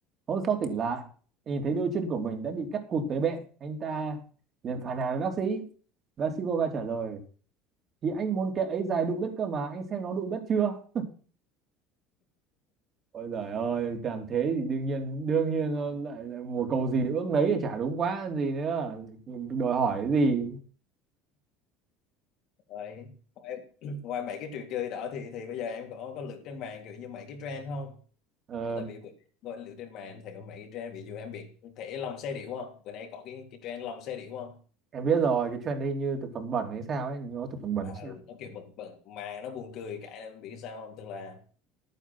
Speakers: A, on the right; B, on the left.
A: Hôm sau tỉnh lại, nhìn thấy đôi chân của mình đã bị cắt cụt tới bẹn. Anh ta liền phàn nàn với bác sĩ. Bác sĩ vô va trả lời, thì anh muốn kệ ấy dài đụng đất cơ mà, anh xem nó đụng đất chưa? Ôi giời ơi, làm thế thì đương nhiên, đương nhiên lại, lại mùa cầu gì được ước nấy thì chả đúng quá gì nữa. Đòi hỏi cái gì?
B: Rồi. Ngoài, <clears throat> ngoài mấy cái trò chơi đó thì thì bây giờ em có có lượt trên mạng kiểu như mấy cái trend không?
A: Ờ,
B: Tại vì bữa gọi lượt trên mạng thì có mấy cái trend ví dụ em biết thể lòng xe điểu không? Bữa nay có cái cái trend lòng xe điểu không?
A: em biết rồi, cái trend đây như thực phẩm bẩn hay sao ấy, nó thực phẩm bẩn
B: À,
A: hay sao?
B: ừ, nó kiểu bẩn bẩn mà nó buồn cười cái em biết sao không? Tức là